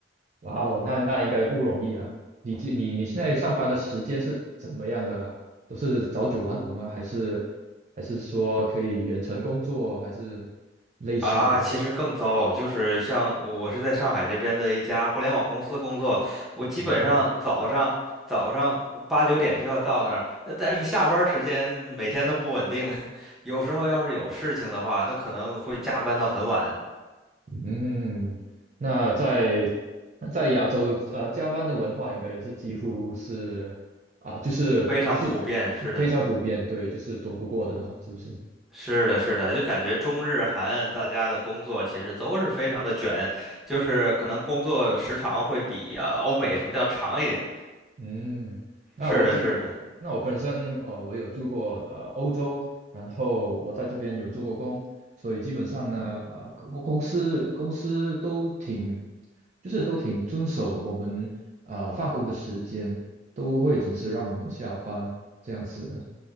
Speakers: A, on the right; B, in the centre.
A: 哇哦，那那应该不容易啊。你这你你现在上班的时间是怎么样的啊？都是早九晚五吗？还是还是说可以远程工作，还是类似的
B: 啊，其实更糟，就是像我是在上海这边的一家互联网公司工作，我基本上早上早上八九点就要到那儿，
A: 啊？
B: 呃但是下班儿时间每天都不稳定，<laughs> 有时候要是有事情的话，那可能会加班到很晚，
A: 嗯，那在在亚洲，呃，加班的文化应该也是几乎是啊，就是就是
B: 非常普遍。是的，
A: 非常普遍，对，就是躲不过的了，是不是？
B: 是的，是的，就感觉中日韩大家的工作其实都是非常的卷，就是可能工作时长会比啊欧美什么的要长一点。
A: 嗯，那我记，
B: 是的，是的。
A: 那我本身呃，我有住过呃欧洲，然后我在这边有做过工，所以基本上呢，呃，公公司公司都挺，就是都挺遵守我们呃放工的时间，都会准时让我们下班这样子的。